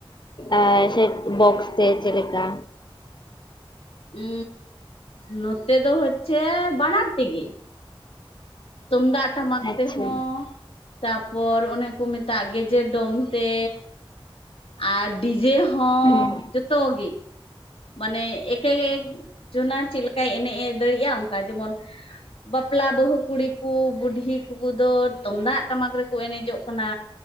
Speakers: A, on the left (about 50°); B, on the left (about 75°).
A: ᱟᱨ ᱥᱮ ᱵᱚᱠᱥ ᱛᱮ ᱪᱮᱫ ᱞᱮᱠᱟ?
B: ᱩᱻ, ᱱᱚᱛᱮ ᱫᱚ ᱦᱚᱪᱪᱷᱮ ᱵᱟᱱᱟᱨ ᱛᱮᱜᱮ᱾ ᱛᱩᱢᱫᱟᱜ ᱴᱟᱢᱟᱠ
A: ᱟᱪᱪᱷᱟ
B: ᱛᱮ ᱦᱚᱸ, ᱛᱟᱯᱚᱨ ᱚᱱᱮ ᱠᱚ ᱢᱮᱛᱟᱜ ᱜᱮ ᱡᱮ ᱰᱚᱢ ᱛᱮ, ᱟᱨ ᱰᱤᱡᱮ ᱦᱚᱸ
A: ᱦᱩᱸ
B: ᱡᱚᱛᱚ ᱜᱮ᱾ ᱢᱟᱱᱮ ᱮᱠᱮ ᱜᱮ ᱮᱠ ᱡᱚᱱᱟ ᱪᱮᱫ ᱞᱮᱠᱟᱭ ᱮᱱᱮᱡ ᱮ ᱫᱟᱲᱮᱭᱟᱜ-ᱟ ᱚᱱᱠᱟ ᱡᱮᱢᱚᱱ ᱵᱟᱯᱞᱟ ᱵᱟᱹᱦᱩ ᱠᱩᱲᱤ ᱠᱩ ᱵᱩᱰᱷᱤ ᱩᱱᱠᱩ ᱠᱩᱫᱚ ᱛᱩᱢᱫᱟᱜ ᱴᱟᱢᱟᱠ ᱨᱮᱠᱚ ᱮᱱᱮᱡᱚᱜ ᱠᱟᱱᱟ,